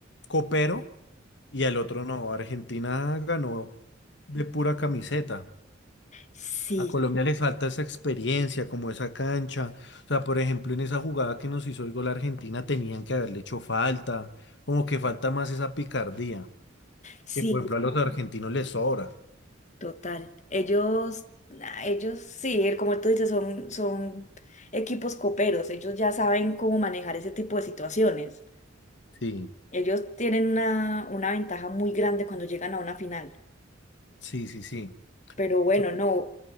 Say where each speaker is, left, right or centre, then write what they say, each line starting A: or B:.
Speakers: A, on the left (about 60°); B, on the left (about 40°).
A: copero y el otro no. Argentina ganó de pura camiseta.
B: Sí,
A: A Colombia le falta esa experiencia, como esa cancha. O sea, por ejemplo, en esa jugada que nos hizo el gol Argentina tenían que haberle hecho falta, como que falta más esa picardía,
B: Sí,
A: que por ejemplo a los argentinos les sobra.
B: total. Ellos, nah, ellos sí, eh, como tú dices, son, son equipos coperos, ellos ya saben cómo manejar ese tipo de situaciones.
A: Sí,
B: Ellos tienen una, una ventaja muy grande cuando llegan a una final.
A: sí, sí, sí.
B: Pero bueno,
A: Entonces,
B: no.